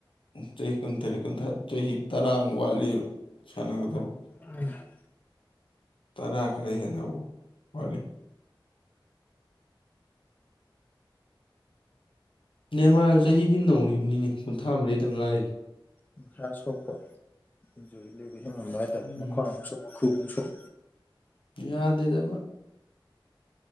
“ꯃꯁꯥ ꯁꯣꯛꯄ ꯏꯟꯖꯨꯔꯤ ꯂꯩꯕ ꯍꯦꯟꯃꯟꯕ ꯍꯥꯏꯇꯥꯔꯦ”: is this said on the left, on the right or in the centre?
Left